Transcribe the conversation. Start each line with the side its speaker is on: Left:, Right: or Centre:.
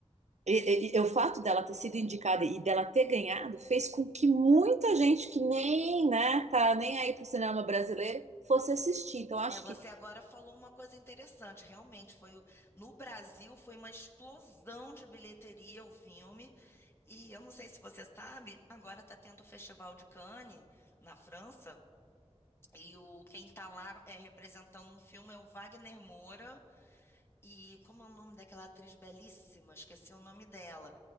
Right: e- e- e o fato dela ter sido indicada e dela ter ganhado fez com que muita gente que nem, né, tá nem aí pro cinema brasileiro fosse assistir. Então, acho
Left: É, você
Right: que,
Left: agora falou uma coisa interessante. Realmente, foi o- no Brasil foi uma explosão de bilheteria o filme. E eu não sei se você sabe, agora está tendo o Festival de Cannes na França. E o quem está lá é, representando um filme é o Wagner Moura. E como é o nome daquela atriz belíssima? Esqueci o nome dela.